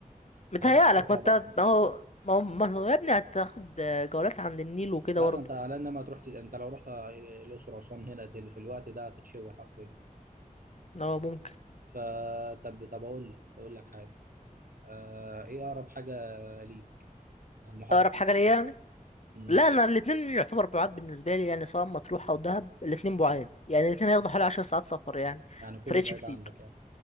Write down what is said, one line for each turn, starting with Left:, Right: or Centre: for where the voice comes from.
Left: متهيألك
Right: عايزين تروح
Left: ما
Right: على
Left: انت
Right: بحر
Left: ما هو ما هو ما هو يا ابني هتاخد جولات عند النيل وكده
Right: لا
Left: برضه
Right: ده انت على انما تروح ت- انت لو رحت الاقصر واسوان هنا دل في الوقت ده هتتشوي حرفيا
Left: اه ممكن
Right: فطب طب اقول لك اقول لك حاجه آه ايه اقرب حاجه ليك المحافظه
Left: اقرب حاجه ليا يعني
Right: مم.
Left: لا انا الاتنين يعتبر بعاد بالنسبه لي يعني سواء مطروح او دهب الاتنين بعاد يعني الاتنين هياخدوا حوالي عشر ساعات سفر يعني
Right: يعني كله
Left: فرقش
Right: بعيد
Left: كتير
Right: عنك يعني